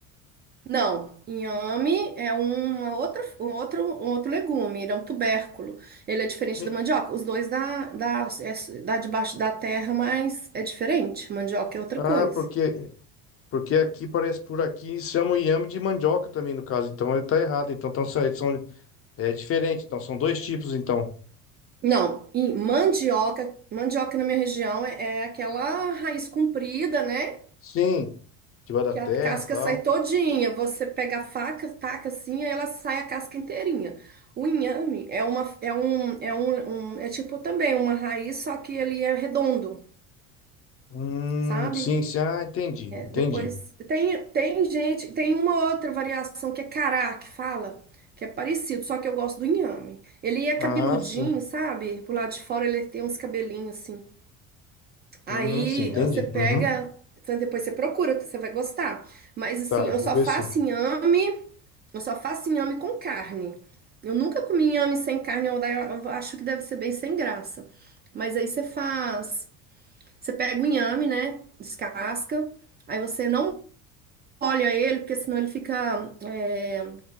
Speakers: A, on the right; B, on the left.
A: Não, inhame é uma outra, um outro, um outro legume, ele é um tubérculo. Ele é diferente
B: E-
A: da mandioca. Os dois dá, dá, é- dá debaixo da terra, mas é diferente. Mandioca é outra
B: Ah,
A: coisa.
B: porque porque aqui parece por aqui chama o inhame de mandioca também no caso, então ele tá errado. Então, então são, são- é diferente, então são dois tipos então.
A: Não, e mandioca, mandioca na minha região é, é aquela raiz comprida, né?
B: Sim, de vai da
A: Que
B: terra,
A: a casca
B: tal.
A: sai todinha. Você pega a faca, taca assim, aí ela sai a casca inteirinha. O inhame é uma, é um, é um, um- é tipo também uma raiz, só que ele é redondo,
B: Hum,
A: sabe?
B: sim, sim, ah, entendi, entendi.
A: Depois, tem, tem gente, tem uma outra variação que é cará, que fala, que é parecido, só que eu gosto do inhame. Ele é cabeludinho,
B: Ah, sim.
A: sabe? Por lado de fora ele tem uns cabelinhos assim. Aí
B: Hum, sim, entendi.
A: você pega,
B: Uhum.
A: então depois você procura, que você vai gostar. Mas assim,
B: Tá,
A: eu
B: vou
A: só
B: ver
A: faço
B: sim.
A: inhame, eu só faço inhame com carne. Eu nunca comi inhame sem carne, eu eu acho que deve ser bem sem graça. Mas aí você faz, você pega o inhame, né? Descasca. Aí você não molha ele, porque senão ele fica, é,